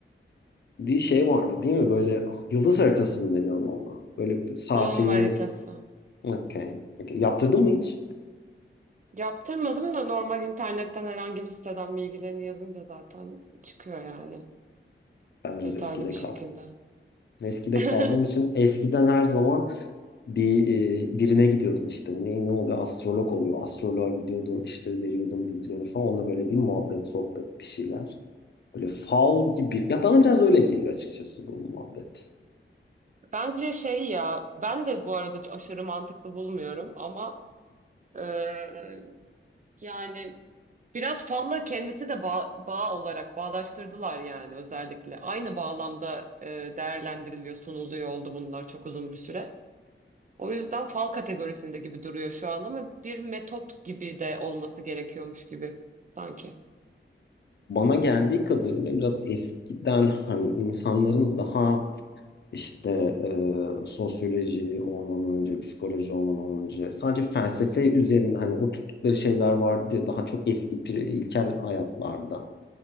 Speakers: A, on the left; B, on the right.
A: Bir şey vardı değil mi? Böyle yıldız haritası mı deniyor ona? Böyle saatini
B: Doğum haritası.
A: okay. Okay. Yaptırdın mı hiç?
B: Yaptırmadım da normal internetten herhangi bir siteden bilgilerini yazınca zaten çıkıyor yani
A: Ben biraz
B: detaylı
A: eskide
B: bir
A: kaldım.
B: şekilde.
A: Eskide
B: <laughs>
A: kaldığım için eskiden her zaman bir e, birine gidiyordun işte. Ne, ne oluyor? Astrolog oluyor. Astroloğa gidiyordun işte veriyordun bilgilerini falan. Onunla böyle bir muhabbet, sohbet bir şeyler. Böyle fal gibi. Ya bana biraz öyle geliyor açıkçası bu muhabbet.
B: Bence şey ya ben de bu arada aşırı mantıklı bulmuyorum ama eee, yani biraz fazla kendisi de bağ, bağ olarak bağdaştırdılar yani özellikle. Aynı bağlamda eee, değerlendiriliyor sunuluyor oldu bunlar çok uzun bir süre. O yüzden fal kategorisinde gibi duruyor şu an ama bir metot gibi de olması gerekiyormuş gibi sanki.
A: Bana geldiği kadarıyla biraz eskiden hani insanların daha işte e, sosyoloji olmadan önce, psikoloji olmadan önce sadece felsefe üzerinde hani oturttukları şeyler vardı ya daha çok eski pri- ilkel hayatlarda.